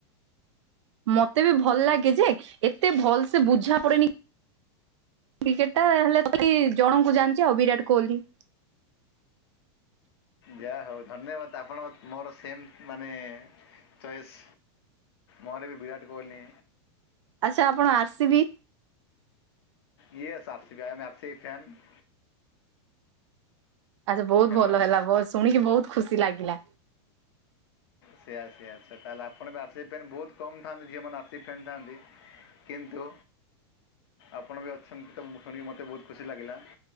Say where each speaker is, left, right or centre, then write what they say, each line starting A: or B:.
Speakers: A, on the right (about 80°); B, on the left (about 60°).
A: ମତେ ବି ଭଲ ଲାଗେ ଯେ ଏତେ ଭଲ ସେ ବୁଝା ପଡେନି। କ୍ରିକେଟ ଟା ହେଲେ କି ଜଣଙ୍କୁ ଜାଣିଚି ଆଉ ବିରାଟ କୋହଲି।
B: ଯା ହଉ ଧନ୍ୟବାଦ ଆପଣ ମୋର ସେମ ମାନେ ଚଏସ୍। ମୋର ବି ବିରାଟ କୋହଲି।
A: ଆଚ୍ଛା ଆପଣ R C B.
B: Yes R C B I am R C B fan.
A: ଆଚ୍ଛା ବହୁତ
B: ହ୍ୟାଲୋ
A: ଭଲ ହେଲା ବହୁ ଶୁଣିକି ବହୁତ ଖୁସି ଲାଗିଲା।
B: ସେଇଆ ସେଇଆ ସେୟା ତାହେଲେ ଆପଣ ବି ଆର ସି ବି ଫ୍ୟାନ୍ ବହୁତ କମ ଥାନ୍ତି ଝିଅ ମାନ ଆରସିବି ଫ୍ୟାନ୍ ଥାଆନ୍ତି। କିନ୍ତୁ ଆପଣ ବି ଅଛନ୍ତି ତ ଶୁଣିକି ମୋତେ ବହୁତ ଖୁସି ଲାଗିଲା।